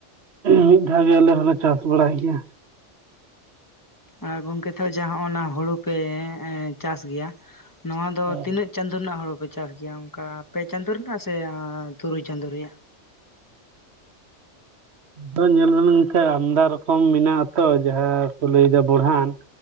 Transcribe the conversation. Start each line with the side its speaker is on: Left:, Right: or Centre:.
Right: ᱢᱤᱫ ᱫᱷᱟᱣ ᱜᱮ ᱟᱞᱮ ᱦᱚᱸᱞᱮ ᱪᱟᱥ ᱵᱟᱲᱟᱭ ᱜᱮᱭᱟ᱾
Left: ᱟᱨ ᱜᱚᱝᱠᱮ ᱛ ᱡᱟᱦᱟᱸ ᱚᱱᱟ ᱦᱩᱲᱩ ᱯᱮ ᱪᱟᱥ ᱜᱮᱭᱟ ᱱᱚᱣᱭᱟ
Right: ᱦᱮᱸ
Left: ᱫᱚ ᱛᱤᱱᱟᱹᱜ᱾ ᱪᱟᱸᱫᱳ ᱨᱮᱱᱟᱜ ᱦᱳᱲᱳ ᱯᱮ ᱪᱟᱥ ᱜᱮᱭᱟ ᱚᱱᱠᱟ ᱯᱮ ᱪᱟᱸᱫᱳ ᱨᱮᱱᱟᱜ ᱥᱮ ᱛᱩᱨᱩᱭ ᱪᱟᱸᱫᱚᱳ ᱨᱮᱭᱟᱜ᱾
Right: ᱛᱚ ᱧᱮᱞ ᱵᱤᱱ ᱜᱚᱢᱠᱮ ᱟᱢᱫᱟ ᱨᱚᱠᱚᱢ ᱢᱮᱱᱟᱜ ᱟᱛᱚ ᱡᱟᱦᱟᱸᱠᱩ ᱞᱟᱹᱭᱮᱫᱟ ᱵᱚᱲᱦᱟᱱ᱾